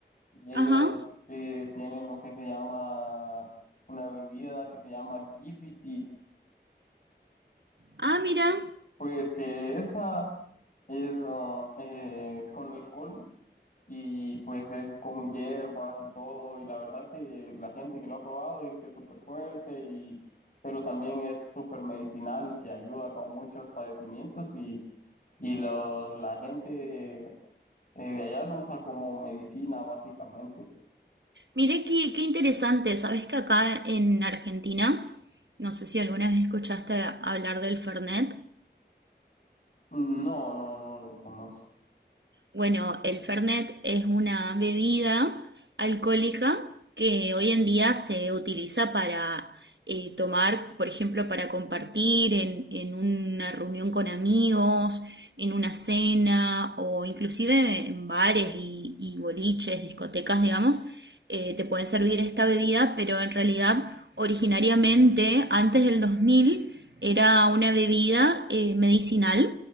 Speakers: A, on the left; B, on the right.
A: y ellos
B: Ajá.
A: eh, tienen lo que se llama una bebida que se llama Gifiti,
B: Ah, mira.
A: pues que esa es, ah, eh, es con alcohol y pues es con hierbas y todo, y la verdad que la gente que lo ha probado dice que es súper fuerte, y, pero también es súper medicinal, que ayuda con muchos padecimientos y, y lo- la gente eh, de allá lo usa como medicina básicamente.
B: Mira qué, qué interesante. ¿Sabés que acá en Argentina, no sé si alguna vez escuchaste hablar del Fernet?
A: Mm, No, no, no lo conozco.
B: Bueno, el Fernet es una bebida alcohólica que hoy en día se utiliza para eh, tomar, por ejemplo, para compartir en, en una reunión con amigos, en una cena o inclusive en bares y, y boliches, discotecas, digamos, eh, te pueden servir esta bebida, pero en realidad originariamente, antes del 2000, era una bebida eh, medicinal